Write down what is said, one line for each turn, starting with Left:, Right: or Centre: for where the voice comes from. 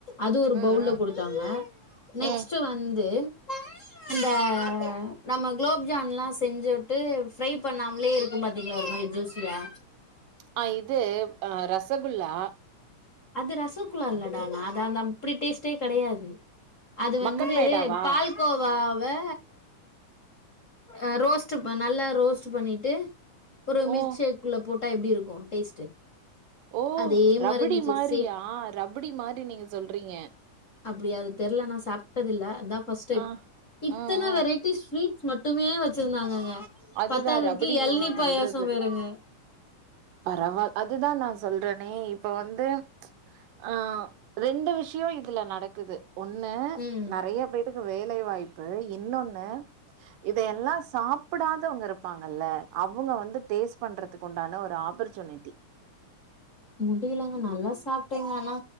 Left: அது ஒரு
Right: ம்
Left: பவுல்ல
Right: ம்
Left: கொடுத்தாங்க நெக்ஸ்ட்
Right: ம்
Left: வந்து
Right: <inaudible>
Left: இந்த நம்ம குலோப் ஜாம்லா செஞ்சுட்டு ஃப்ரை பண்ணாமலே இருக்கு பாத்தீங்கள ஒரு மாரி ஜூஸ் சியா
Right: அ இது அ ரசகுல்லா
Left: அது ரசகுலா இல்லடா நா தா அந்த அப்டி டேஸ்ட்டே கெடையாது அது வந்து
Right: மக்கன் மேடாவா
Left: பால்கோவா வா அ ரோஸ்ட் ப நல்லா ரோஸ்ட் பண்ணிட்டு ஒரு
Right: ஓ
Left: மில்க் ஷேக்குள்ள போட்டா எப்டி இருக்கு டேஸ்ட்டு
Right: ஓ
Left: அதே
Right: ரப்டி
Left: மாரி இருந்துச்சு
Right: மாறியா
Left: சேம்
Right: ரப்டி மாறி நீங்க சொல்றீங்க
Left: அப்டியா அது தெர்ல நா சாப்ட்டதில்ல அதா ஃபஸ்ட் டைம்
Right: ஆ
Left: இத்தன
Right: ம் ம்
Left: வெரைட்டிஸ் ஸ்வீட் ஸ் மட்டுமே வச்சிருந்தாங்கங்க
Right: அதுதா
Left: பத்தாததுக்கு
Right: ரபடி
Left: எளநீ
Right: நீங்க சொல்றது
Left: பாயாச வேறங்க
Right: பரவால் அதுதா நா சொல்றேன் னே இப்ப வந்து ஆ ரெண்டு விஷியொ இதுல நடக் குது ஒன்னு
Left: ம்
Right: நெறைய பேருக்கு வேலை வாய்ப்பு இன்னொன்னு இதையெல்லா சாப் புடாதவங்க இருப்பாங்கல்ல அவங்க வந்து டேஸ்ட் பண்றதுக்கு உண்டான ஒரு ஆப்பர்ச்சுனிட்டி
Left: முடியலங்க நல்லா சாப்ட்டேங்க ஆனா